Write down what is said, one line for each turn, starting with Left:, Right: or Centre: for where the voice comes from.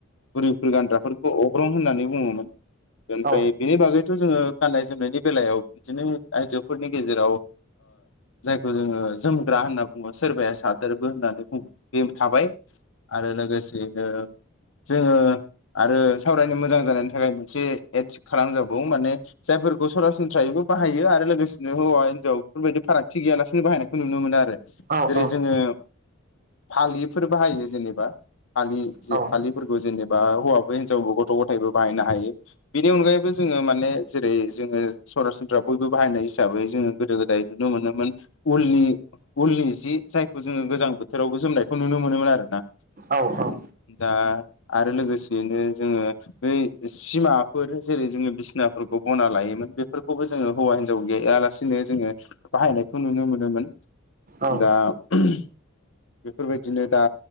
Left: बुरिफोर गानग्राफोरखौ अग्रं होननानै बुङोमोन ओमफ्राय
Right: औ
Left: बेनि बागैथ' जोङो गाननाय जोमनायनि बेलायाव बिदिनो आइजोफोरनि गेजेराव जायखौ जोङो जोमग्रा होनना बुङो सोरबाया सादोरबो होननानै बुङो बे थाबाय आरो लोगोसेैनो जोङो आरो सावरायनो मोजां जानायनि थाखाय मोनसे ए खालामजाबाव माने जायफोरखौ सरासनस्रायैबो बाहायो आरो लोगोसेनो हौवा हिन्जाव बेफोरबायदि फारागथि गैयालासिनो बाहायनायखौ नुनो मोनो आरो
Right: औ
Left: जेरै
Right: औ
Left: जोङो फालिफोर बाहायो जेनेबा फालि
Right: औ
Left: फालि फोर जेनेबा हौवा हिनजावबो गथ' गथथायबो बाहायनो हायो बेनि अनगायैबो जोङो माने जेरै जोङो सरासनस्रा बयबो बाहायनाय हिसाबै जोङो गोदो गोदाय नुनो मोनोमोन उलनि उलनि जि जायखौ जोङो गोजां बोथोरावबो जोमनायखौ नुनो मोनोमोन आरो ना
Right: औ औ
Left: दा आरो लोगोसेयैनो जोङो बे सिमाफोर जेरै जोङो बिसिनाफोरखौ बना लायोमोन बेफोरखौबो जोङो हौवा हिनजाव गैयालासिनो जोङो बाहायनायखौ नुनो मोनोमोन
Right: औ
Left: दा बेफोरबायदिनो दा